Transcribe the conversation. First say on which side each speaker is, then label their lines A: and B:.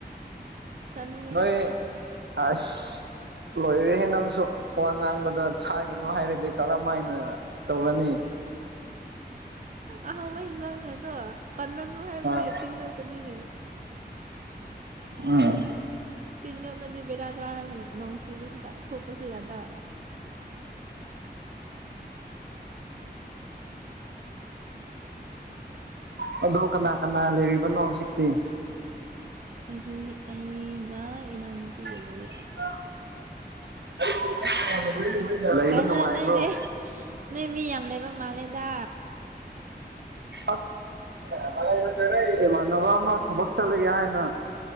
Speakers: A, on the right; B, on the right.
A: ꯆꯥꯅꯤꯡꯉꯦ
B: ꯅꯣꯏ ꯑꯁ ꯂꯣꯏꯔ ꯍꯦ ꯅꯪꯁꯨ ꯋꯥ ꯉꯥꯡꯕꯗ ꯁꯥꯏꯔꯨꯅꯨ ꯍꯥꯏꯔꯗꯤ ꯀꯔꯝ ꯍꯥꯏꯅ ꯇꯧꯔꯅꯤ
A: ꯑꯍꯕ ꯍꯤꯟꯖꯥꯡꯅꯦꯗꯣ ꯄꯜꯂꯅꯨꯡ ꯍꯥꯏꯕꯗꯦ
B: ꯑꯥ
A: ꯇꯤꯟꯉꯛꯀꯅꯤꯅꯦ
B: ꯎꯝ
A: ꯇꯤꯟꯣꯅꯗꯤ ꯕꯔꯥ ꯀꯥꯔꯅꯤ ꯅꯣꯡ ꯆꯨꯕꯁꯤꯗ ꯊꯣꯛꯄꯁꯨ ꯌꯥꯗ
B: ꯌꯥꯝ ꯑꯗꯣ ꯀꯅꯥ ꯀꯅꯥ ꯂꯩꯔꯤꯕꯅꯣ ꯍꯧꯖꯤꯛꯇꯤ
A: ꯍꯥꯏꯗꯤ ꯑꯩꯒ ꯏꯅꯥꯎꯃ ꯄꯤꯒꯜꯂꯤ
B: <unintelligible> ꯂꯩꯕ
A: ꯀꯥꯏꯩꯅꯣ
B: ꯅꯨꯡꯉꯥꯏꯕ꯭ꯔꯣ
A: ꯅꯪꯗꯤ ꯅꯣꯏ ꯃꯤ ꯌꯥꯝ ꯂꯩꯕ ꯃꯥꯜꯂꯦꯗ
B: ꯑꯁ ꯑꯦꯕ ꯅꯕ ꯑꯃ ꯊꯕꯛ ꯆꯂꯒ ꯍꯥꯏꯅ